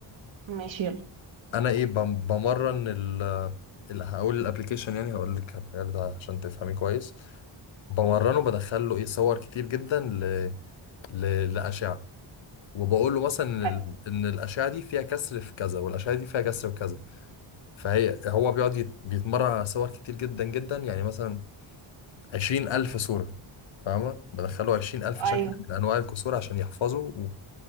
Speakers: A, on the right; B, on the left.
A: ماشي يلا
B: انا ايه بم- بمرن ال اللي هقول الابلكيشن يعني هقول لك الحاجات ده عشان تفهمي كويس بمرنه بدخل له ايه صور كتير جدا ل... ل... لاشعه وبقول له مثلا ان
A: حلو
B: ال- إن الاشعه دي فيها كسر في كذا والاشعه دي فيها كسر في كذا فهي هو بيقعد يت... بيتمرن على صور كتير جدا جدا يعني مثلا عشرين الف صوره فاهمه بدخله عشرين الف
A: ايوه
B: شكل من انواع الكسور عشان يحفظه و...